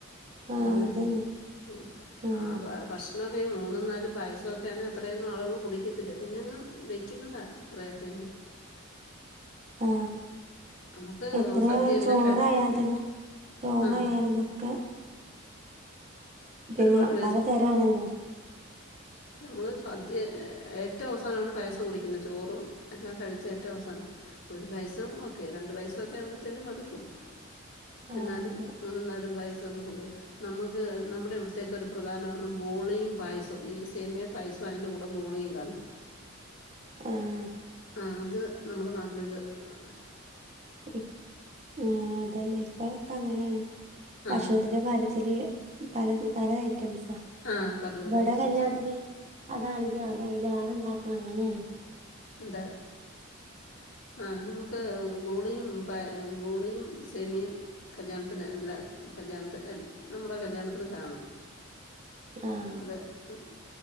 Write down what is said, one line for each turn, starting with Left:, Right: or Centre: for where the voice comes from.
Right: ആഹ്
Left: എല്ലാരും
Right: അതന്നെ
Left: ഉ
Right: ആഹ്
Left: ആ ഭക്ഷ ടൊക്കെ മൂന്നും നാലും പായസമൊക്കെ അത്രയൊന്നും ആളുകൾ കുടിക്കത്തില്ല പിന്നെങ്ങ് വെക്കുന്നതാ അത്രയൊക്കെങ്ങ്
Right: ആ
Left: നമുക്ക്
Right: എത്രയാ
Left: സദ്യ എല്ലാം
Right: ചോറായാൽതന്നെ
Left: കഴി
Right: ചോറയാൽ
Left: ആഹ്
Right: തെക്കെ പിന്നെ
Left: ഒരുപാട്
Right: പലതരം ആണല്ലോ
Left: നമ്മള് സദ്യ ഏറ്റവും അവസാനമാണ് പായസം കുടിക്കുന്നത് ചോറും എല്ലാം കഴിച്ച ഏറ്റവും അവസാനം ഒരു പായസം ഒക്കെ രണ്ട് പായസമൊക്കെ ആകുമ്പോഴത്തേനും മടുക്കും
Right: ആ
Left: എന്നാലും
Right: അതെ
Left: മൂന്നും നാലും പായസൊക്കെ കൊണ്ടുവരും നമ്മുക്ക് നമ്മുടെ ഇവിട ത്തേക്ക്‌ ഒരു പ്രധാനാണ് ബോളിയും പായസൊ ഈ സേമിയ പായസൊ അയ്ൻ്റെ കൂടെ ബോളിയും കാണും
Right: ആഹ്
Left: ആഹ് അത് നമ്മുടെ നാട്ടിലൊരു ഏഹ്
Right: ഇപ് ആഹ് അതന്നെ ഇപ്പതൊക്കെ അങ്ങനേണ്
Left: ആ
Right: ഭക്ഷണത്തിന്റെ കാര്യത്തില് പലത് തരായ് റ്റംസാ
Left: ആ പലതരം
Right: ഇവടെ
Left: ഐറ്റംസാണ്
Right: കല്യാണത്തിന് അതാണ് <unintelligible> അവിടെ അയിലേറെണ്ടാക്കണം അങ്ങനെയാണ്
Left: എന്താ ആഹ് നമുക്ക് ബോളിയും പാ ബോളിയും സേമിയും കല്യാണത്തിന് എല്ലാ കല്യാണത്തിന് എല്ലാ നമ്മുടെ കല്യാണത്തിന് കാണും
Right: ആഹ്
Left: അതെ ഉം